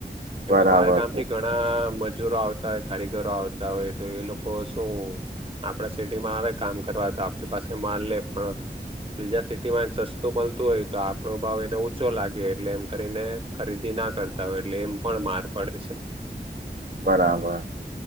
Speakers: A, on the right; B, on the right.
A: કેમકે
B: બરાબર
A: બાર ગામ
B: છે
A: ઘણા મજૂરો આવતા હોય કારીગરો આવતા હોય તો એ લોકો શું આપડા સિટીમાં આવે કામ કરવા તો આપણી પાસે માલ લે પણ બીજા સિટીમાં સસ્તું મલતું હોય તો આપણો ભાવ એને ઉચો લાગે એટલે એમ કરીને ખરીદી ના કરતા હોય એટલે એમ પણ માર પડે છે.
B: બરાબર,